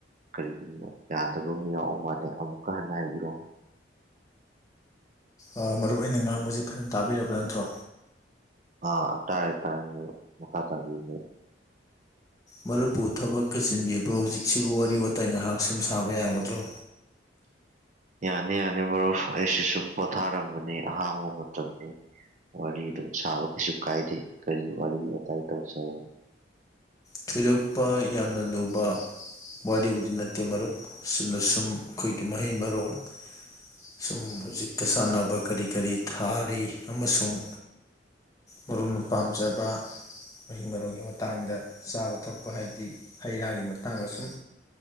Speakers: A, on the right; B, on the left.
A: <unintelligible> ꯌꯥꯗꯕ ꯑꯃꯥ ꯌꯥꯎ ꯃꯥꯜꯂꯦ ꯑꯃꯨꯛꯀꯥ ꯍꯟꯅ ꯍꯥꯏꯕꯤꯔꯛꯑꯣ
B: ꯑ ꯃꯔꯨꯞ ꯑꯩꯅ ꯉꯥꯡꯕꯁꯦ ꯐꯖꯅ ꯇꯥꯕꯤꯔꯕ ꯅꯠꯇ꯭ꯔꯣ
A: ꯑ ꯇꯥꯥꯏꯌꯦ ꯇꯥꯏꯌꯦ <unintelligible> ꯃꯈꯥ ꯇꯕꯤꯌꯨꯅꯦ
B: ꯃꯔꯨꯞꯄꯨ ꯊꯕꯛꯀꯥ ꯆꯤꯟꯕꯤꯕ꯭ꯔꯣ ꯍꯧꯖꯤꯛꯁꯤꯕꯨ ꯋꯥꯔꯤ ꯋꯥꯇꯥꯏ ꯉꯥꯏꯍꯥꯛ ꯁꯨꯝ ꯁꯥꯕ ꯌꯥꯒꯗ꯭ꯔꯣ
A: ꯌꯥꯅꯤ ꯌꯥꯅꯤ ꯃꯔꯨꯞ ꯑꯩꯁꯤ ꯁꯨꯝ ꯄꯣꯊꯥꯔꯝꯕꯅꯤ ꯑꯍꯥꯡꯕ ꯃꯇꯝꯅꯤ ꯋꯥꯔꯤ ꯑꯗꯨꯝ ꯁꯥꯕ ꯀꯩꯁꯨ ꯀꯥꯏꯗꯦ ꯀꯔꯤ ꯋꯥꯔꯤ ꯋꯥꯇꯥꯏ ꯇꯧꯁꯦ <unintelligible>
B: ꯊꯣꯏꯗꯣꯛꯄ ꯌꯥꯝꯅ ꯂꯨꯕ ꯋꯥꯔꯤꯕꯨꯗꯤ ꯅꯠꯇꯦ ꯃꯔꯨꯞ ꯆꯨꯝꯅ ꯁꯨꯝ ꯈꯣꯏꯒꯤ ꯃꯍꯩ ꯃꯔꯣꯡ ꯁꯨꯝ ꯍꯧꯖꯤꯛꯀꯥ ꯆꯥꯟꯅꯕ ꯀꯔꯤ ꯀꯔꯤ ꯊꯥꯔꯤ ꯑꯃꯁꯨꯡ ꯃꯔꯨꯞꯅ ꯄꯥꯝꯖꯕ ꯃꯍꯩ ꯃꯔꯣꯡꯒꯤ ꯃꯇꯥꯡꯗ ꯆꯥꯕ ꯊꯛꯄ ꯍꯥꯏꯗꯤ ꯍꯩ ꯔꯥꯒꯤ ꯃꯇꯥꯡꯗ ꯁꯨꯝ